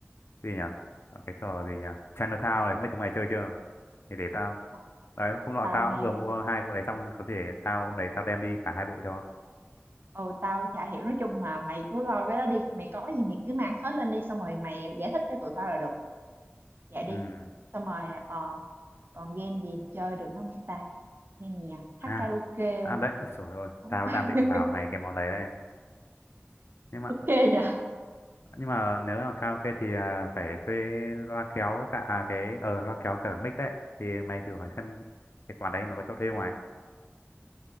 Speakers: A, on the left (about 65°); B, on the right (about 55°).
A: gì nhỉ? Còn Cái trò gì nhỉ? Chinatown này không biết chúng mày chơi chưa? Thì để tao.
B: Ờ,
A: Đấy, hôm nọ
B: tao
A: tao
B: nghe
A: cũng vừa mua hai bộ đấy xong có thể tao hôm đấy tao đem đi cả hai bộ cho.
B: ừ tao chả hiểu nói chung là mày cứ lo cái đó đi mày có gì mày cứ mang hết lên đi xong rồi mày giải thích cho tụi tao là được vậy đi
A: Ừ.
B: xong rồi ờ, còn game gì chơi được nữa không ta game gì à hát
A: À,
B: karaoke
A: à
B: không
A: đấy, ôi trời ơi, tao
B: <laughs>
A: đang định bảo mày cái món đấy đây. Nhưng mà
B: ok nhỉ
A: nhưng mà nếu là karaoke thì à, phải thuê loa kéo cả à, cái ờ loa kéo cả mic ấy thì mày thử hỏi xem cái quán đấy nó có cho thuê ngoài